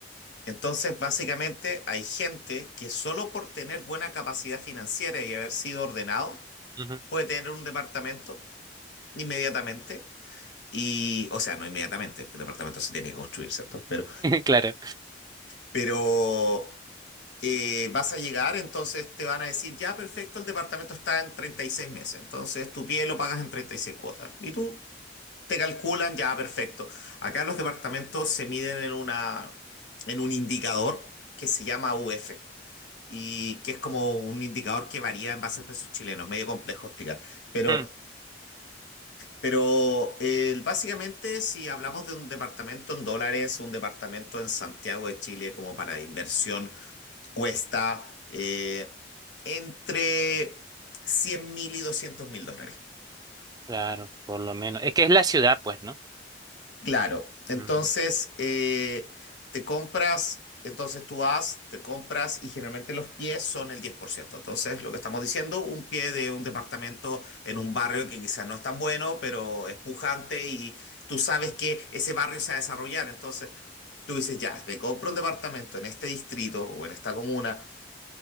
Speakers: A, on the left (about 70°); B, on the right (about 20°).
A: Entonces, básicamente, hay gente que solo por tener buena capacidad financiera y haber sido ordenado,
B: <laughs>
A: puede tener un departamento inmediatamente. Y, o sea, no inmediatamente, el departamento se tiene que construir, ¿cierto? Pero,
B: Claro.
A: pero eh, vas a llegar, entonces te van a decir, ya, perfecto, el departamento está en 36 meses. Entonces, tu pie lo pagas en 36 cuotas. Y tú te calculan, ya, perfecto. Acá los departamentos se miden en una, en un indicador que se llama UF y que es como un indicador que varía en base al peso chileno. Es medio complejo explicar, pero,
B: Mm,
A: pero eh, básicamente si hablamos de un departamento en dólares, un departamento en Santiago de Chile como para inversión cuesta eh, entre cien mil y doscientos mil dólares.
B: Claro, por lo menos. Es que es la ciudad, pues, ¿no?
A: Claro, entonces
B: Mm,
A: eh, te compras, entonces tú vas, te compras y generalmente los pies son el 10%. Entonces, lo que estamos diciendo, un pie de un departamento en un barrio que quizás no es tan bueno, pero es pujante y tú sabes que ese barrio se va a desarrollar. Entonces, tú dices, ya, me compro un departamento en este distrito o en esta comuna